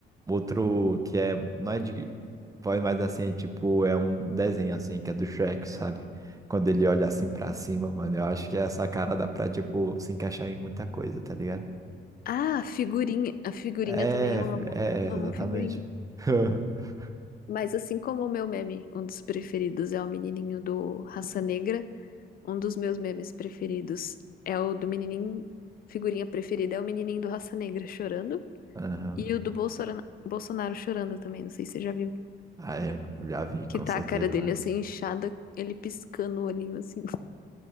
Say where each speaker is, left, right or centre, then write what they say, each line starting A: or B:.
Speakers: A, on the right (about 15°); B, on the left (about 50°).
A: outro que é. Não é de voz, mas assim, tipo, é um desenho assim, que é do Shrek, sabe? Quando ele olha assim pra cima, mano, eu acho que essa cara dá pra, tipo, se encaixar em muita coisa, tá ligado?
B: Ah, figurinha. A figurinha
A: É,
B: também eu amo.
A: é, exatamente.
B: Amo figurinha.
A: <laughs>
B: Mas assim como o meu meme, um dos preferidos é o menininho do Raça Negra, um dos meus memes preferidos é o do menininho, figurinha preferida é o menininho do Raça Negra chorando
A: Aham.
B: e o do Bolsora- Bolsonaro chorando também, não sei se você já viu,
A: Ah, é, já vi, com
B: que tá
A: certeza,
B: a cara dele
A: né?
B: assim inchada, ele piscando o olhinho assim.